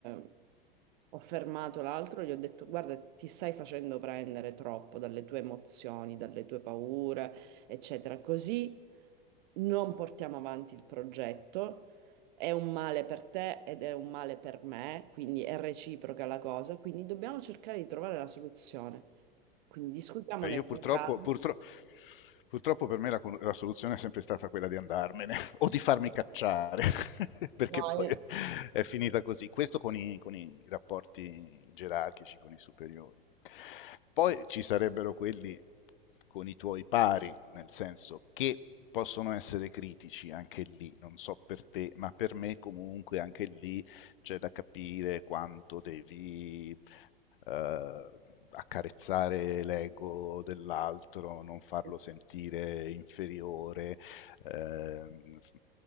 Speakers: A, on the right (about 55°); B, on the left (about 65°).
A: eh, ho fermato l'altro, gli ho detto guarda, ti stai facendo prendere troppo dalle tue emozioni, dalle tue paure, eccetera, così non portiamo avanti il progetto, è un male per te ed è un male per me, quindi è reciproca la cosa, quindi dobbiamo cercare di trovare la soluzione. Quindi discutiamone
B: Eh, Io purtroppo,
A: con calma.
B: purtro- purtroppo per me la, con- la soluzione è sempre stata quella di andarmene <laughs> o di farmi cacciare, <laughs> perché
A: No,
B: poi è finita così. Questo con i, con i rapporti gerarchici, con i superiori. Poi ci sarebbero quelli con i tuoi pari, nel senso che possono essere critici anche lì, non so per te, ma per me comunque anche lì c'è da capire quanto devi eh, accarezzare l'ego dell'altro, non farlo
A: eh,
B: sentire inferiore, ehm, f-